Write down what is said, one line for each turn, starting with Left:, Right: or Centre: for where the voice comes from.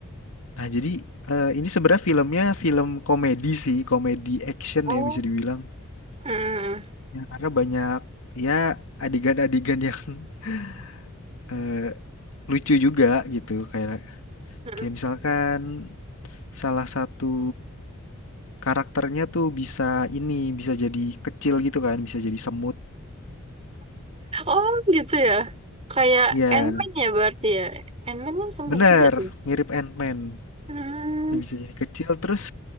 Left: nah jadi eh, ini sebenarnya filmnya film komedi sih, komedi action
Right: Oh,
Left: ya bisa dibilang.
Right: hmm.
Left: Ya, karena banyak ya adegan-adegan yang <laughs> eh, lucu juga gitu kayak
Right: Mm-mm.
Left: kayak misalkan salah satu karakternya tuh bisa ini bisa jadi kecil gitu kan, bisa jadi semut.
Right: Oh gitu ya. Kayak
Left: Iya.
Right: Ant-Man ya berarti ya. Ant-Man kan sempat
Left: Bener,
Right: juga tuh.
Left: mirip Ant-Man.
Right: Hmm.
Left: Dia bisa jadi kecil terus